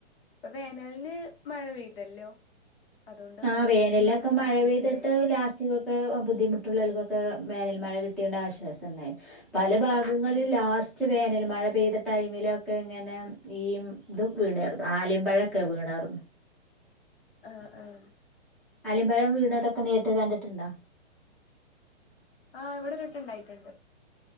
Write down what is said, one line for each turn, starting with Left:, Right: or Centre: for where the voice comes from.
Left: ഇപ്പൊ വേനലിന് മഴ പെയ്തല്ലോ അതുകൊണ്ട് വെള്ളത്തിനൊന്നും
Centre: ആഹ് വേനലിനൊക്കെ
Left: അങ്ങനെ
Centre: മഴ
Left: ബുദ്ധിമുട്ടുണ്ടായില്ല
Centre: പെയ്തിട്ട് ലാസ്റ്റ് ഇതൊക്കെ ബുദ്ധിമു മറ്റുള്ളവർക്കൊക്കെ വേനൽ മഴ കിട്ടിയോണ്ട്‌ ആശ്വാസം ഉണ്ടായി പല ഭാഗങ്ങളിൽ
Left: ഉം ഉം
Centre: ലാസ്റ്റ്
Left: ഉം
Centre: വേനൽ മഴ പെയ്ത ടൈമിലൊക്കെ ഇങ്ങനെ ഈ ഇത് വീണാർന്നു ആലിമ്പഴവൊക്കെ വീണാർന്നു
Left: ആഹ് ആഹ്
Centre: അലിമ്പഴം വീണുന്നതൊക്കെ നേരിട്ട് കണ്ടിട്ടുണ്ടോ
Left: ആഹ് ഇവിടെ ഒരു വട്ടമുണ്ടായിട്ടുണ്ട്